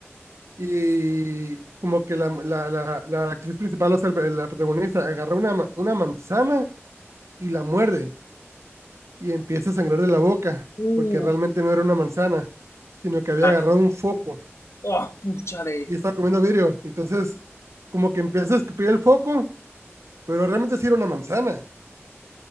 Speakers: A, on the right; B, on the left.
A: y como que la, la, la, la actriz principal, o sea, la protagonista, agarra una, ma- una manzana y la muerde y empieza a sangrar de la boca
B: Uh,
A: porque realmente no era una manzana, sino que había
B: así.
A: agarrado un foco
B: oh, púchale.
A: y estaba comiendo vidrio. Entonces, como que empieza a escupir el foco, pero realmente sí era una manzana.